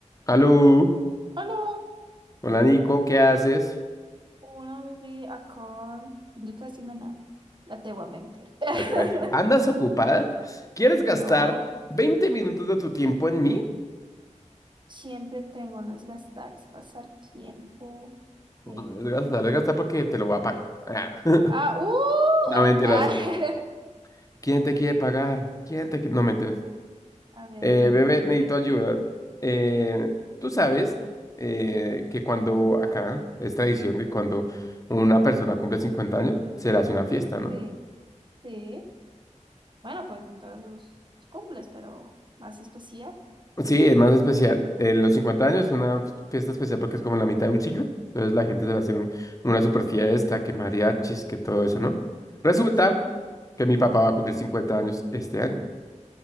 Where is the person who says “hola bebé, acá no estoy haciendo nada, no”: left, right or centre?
Right